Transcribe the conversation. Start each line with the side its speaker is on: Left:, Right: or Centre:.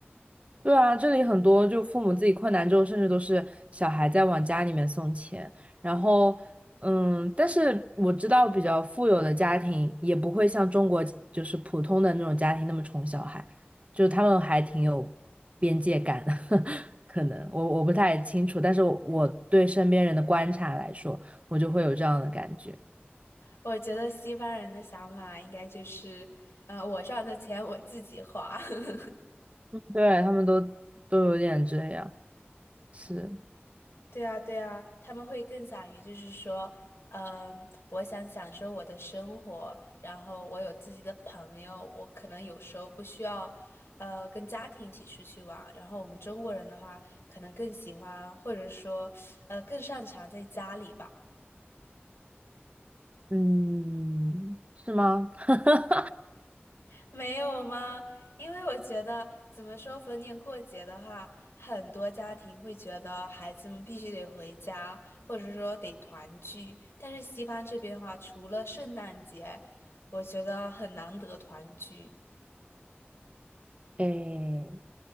Right: 对啊，这里很多就父母自己困难之后，甚至都是小孩在往家里面送钱。然后，嗯，但是我知道比较富有的家庭也不会像中国就是普通的那种家庭那么宠小孩，就他们还挺有边界感的。<laughs> 可能我我不太清楚，但是我我对身边人的观察来说，我就会有这样的感觉。
Left: 我觉得西方人的想法应该就是，呃，我赚的钱我自己花。<laughs>
Right: 对，他们都都有点这样，是，
Left: 对啊，对啊，他们会更想于就是说，嗯，我想享受我的生活，然后我有自己的朋友，我可能有时候不需要，呃，跟家庭一起出去玩。然后我们中国人的话，可能更喜欢或者说，呃，更擅长在家里吧。
Right: 嗯，是吗？<laughs>
Left: 没有吗？因为我觉得，怎么说，逢年过节的话，很多家庭会觉得孩子们必须得回家，或者说得团聚。但是西方这边的话，除了圣诞节，我觉得很难得团聚。
Right: 诶。